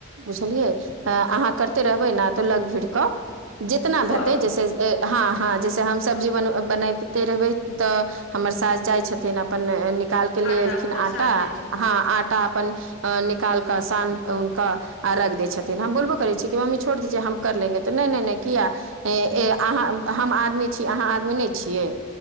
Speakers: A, on the right; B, on the left.
A: बुझलियै अहाँ करते रहबै ने तऽ लग भीड़ कऽ जितना
B: कर
A: हेतै जैसे हँ हँ जैसे हम सब्जी बन बनबिते रहबै तऽ हमर सास जाय छथिन अपन निकाल केँ ले
B: आटा
A: एलखिन
B: उटा
A: आटा
B: सान दै छथिन
A: हँ आ अपन अ निकाल कऽ शान उनक आ रख द छथिन हम बोलबो कर छियै मम्म छोड़ दीजे हम कर लेंगे तऽ नहि नहि किया अहाँ हम आदमी छी अहाँ आदमी नहि छियै